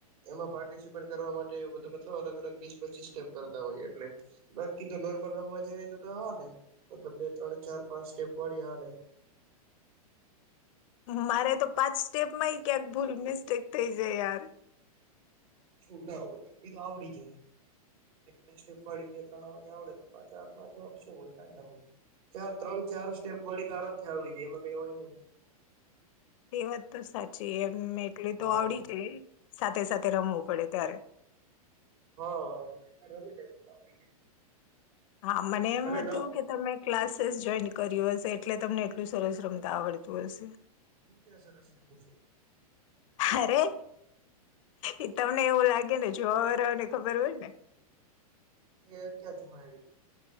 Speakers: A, on the right; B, on the left.
A: એમાં પાર્ટિસિપેટ કરવા માટે તે એવુ બધું મતલબ અલગ-અલગ વીસ પચીસ સ્ટેપ કરતા હોય એટલે બાકી તો નોર્મલ રમવા જાય તો હા. મતલબ બે ત્રણ, ચાર, પાંચ સ્ટેપ વાળી હાલે.
B: મારે તો પાંચ સ્ટેપમાં ક્યાંક ભૂલ મિસ્ટેક થઈ જાય યાર.
A: એવું ના હોય એ તો આવડી જાય. એક-બે સ્ટેપ વાળી બે-ત્રણ વાળી આવડે તો ચાર-પાંચ વા શું હોય કાંઈ ના હોય. ચાર ત્રણ ચાર સ્ટેપ વાળી તો આરામથી આવડી જાય એમાં કઈ હોય નઈ.
B: એ વાત તો સાચી એમ એટલી
A: હા
B: તો આવડી જાય. સાથે-સાથે રમવું પડે ત્યારે.
A: હા થોડી વાર રમી લે તો આવડી જાય.
B: હા મને એમ
A: ભલે
B: હતું
A: ન
B: કે તમે ક્લાસીસ જોઈન કર્યું હશે એટલે તમને એટલું સરસ રમતા આવડતું હશે.
A: હું ક્યા સરસ રમું છુ.
B: અરે
A: તો
B: એ તમને એવું લાગે ને. જોવા વારાઓને ને ખબર હોય ને.
A: એ ક્યાં જોવા આઈવી તી.